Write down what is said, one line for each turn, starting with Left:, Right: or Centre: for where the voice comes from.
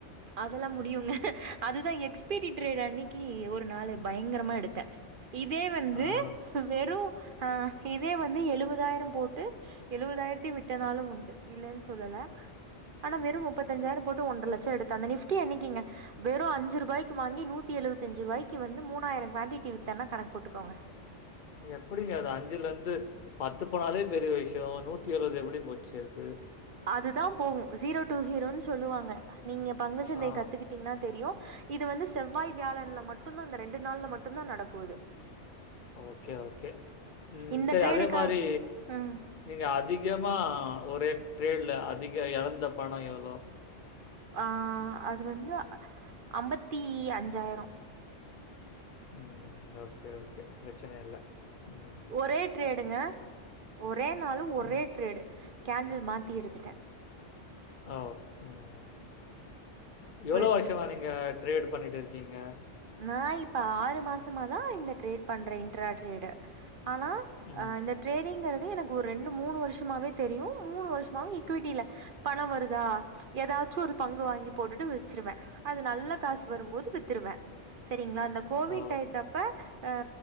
Right: அதெல்லா முடியுங்க அதுதா எக்ஸ்பிரி ட்ரேடு அன்னைக்கு ஒரு நாளு பயங்கரமா எடுத்தே இதே வந்து
Left: ஆஹா.
Right: வெறு ஆ இதே வந்து எழுவதாயிரம் போட்டு எழுவதாயிரத்தையு விட்ட நாளும் உண்டு இல்லேன் சொல்லல ஆனா வெறு முப்பத்தஞ்சாயிரம் போட்டு ஒன்ற லட்ச்ச எடுத்த அந்த <unintelligible> அன்னைக்குங்க வெறு அஞ்சு ரூபாய்க்கு வாங்கி நூத்தி எழுவத்தஞ்சு ரூவாயிக்கு வந்து மூணாயிர குவாண்டிட்டி வித்தனா கணக்கு போட்டுக்கோங்க
Left: எப்டிங்க அது அஞ்சுல இருந்து பத்து போனாலே பெரிய விஷயோ நூத்தி எழுவது எப்டி போச்சு அது
Right: அதுதா போகு ஜீரோ டூ ஹீரோன்னு சொல்லுவாங்க நீங்க பங்குச்சந்தைய
Left: ஆ.
Right: கத்துக்கிட் டீங்ன்னா தெரியு இது வந்து செவ்வாய் வியாழன்ல மட்டுந்தா இந்த ரெண்டு நாள்ல மட்டுந்தா நடக்கு இது
Left: ஓகே ஓகே ம்
Right: இந்த
Left: சேரி
Right: ட்ரேடுக்கா
Left: அதே மாரி
Right: ம்.
Left: நீங்க அதிகமா ஒரே ட்ரேடுல அதிக எழந்த பணோ எவ்ளோ
Right: ஆ அது வந்து அம்பத்தி அஞ்சாயிரோ
Left: ம் ஓகே ஓகே பிரச்சன இல்ல ம்
Right: ஒரே ட்ரேடுங்க ஒரே நாளு ஒரே
Left: ம்.
Right: ட்ரேடு கேண்டில் மாத்தி எடுத்துட்டே
Left: ஓ ம் எவ்ளோ
Right: போயிருச்சு.
Left: வருஷமா நீங்க ட்ரேடு பண்ணிட்டு இருக்கீங்க
Right: நா இப்ப ஆறு மாசமாதா இந்த ட்ரேட் பண்றே இன்ட்ரா ட்ரேடு ஆனா
Left: ம்.
Right: ஆ இந்த ட்ரேடிங்கிறது எனக் ஒ ரெண்டு மூணு வருஷமாவே தெரியு மூணு வருஷமாவு இக்விட்டில பண வருதா எதாச்சு ஒரு தங்கோ வாங்கி போட்டுட்டு வச்சிருவே அது நல்ல காசு வரும்போது வித்துருவே சரிங்ளா அந்த கோவிட்
Left: ஓ!
Right: டைத்தப்ப ஆ